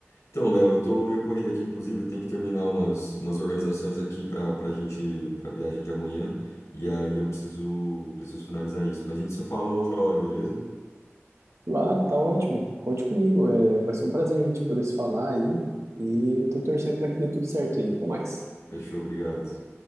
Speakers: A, on the left (about 85°); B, on the right (about 70°).
A: Então, Léo, eu tô meio corrido aqui, inclusive, eu tenho que terminar umas, umas organizações aqui pra, pra gente, pra viagem de amanhã, e aí eu preciso, preciso finalizar isso. Mas a gente se fala outra hora, beleza?
B: Claro, tá ótimo. Conte comigo, é, vai ser um prazer a gente poder se falar aí, e eu tô torcendo pra que dê tudo certo aí. Até mais.
A: Fechou, obrigado.